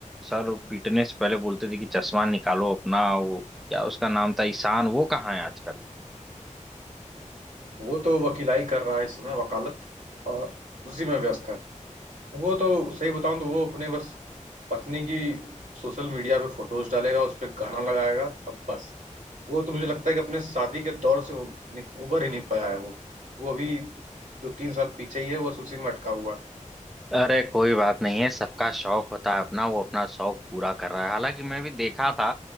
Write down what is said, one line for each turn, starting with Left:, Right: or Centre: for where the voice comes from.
Centre: सर पीटने से पहले बोलते थे कि चश्मा निकालो अपना वो क्या उसका नाम था ईशान वो कहाँ है आजकल
Right: <laughs> वो तो वकीलाई कर रहा है इस समय वकालत और उसी में व्यस्त है वो तो सही बताऊं तो वो अपने बस पत्नी की सोशल मीडिया पे फोटोज डालेगा उस पर गाना लगाएगा अब बस वो तो मुझे लगता है कि अपने शादी के दौर से वो निक- उबर ही नहीं पाया है वो वो अभी दो तीन साल पीछे ही है वो उसी में अटका हुआ है
Centre: अरे कोई बात नहीं है सबका शौक होता है अपना वो अपना शौक पूरा कर रहा है हालांकि मैं भी देखा था